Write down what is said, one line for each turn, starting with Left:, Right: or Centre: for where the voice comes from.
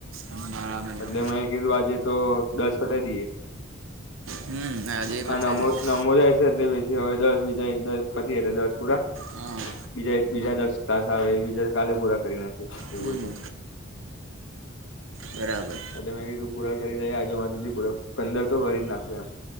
Right: મારા
Left: એટલે મેં કીધું આજે તો દસ પતાઈ દઈએ
Right: હમ અજય
Left: હા
Right: બચ્ચા
Left: નમો
Right: છે
Left: નમો જાય છે એટલે બેસીી હવે દસ બીજા દ દસ પુરા
Right: હા
Left: બીજા બીજા દસ તાસ આવે બીજા કાલે પૂરા કરી નાખી એવું
Right: હમ
Left: હો તો
Right: બરાબર
Left: હ કીધું પૂરા કરી દે આજે મા સુધી પૂરા પંદર તો કરી જ નાખું એમ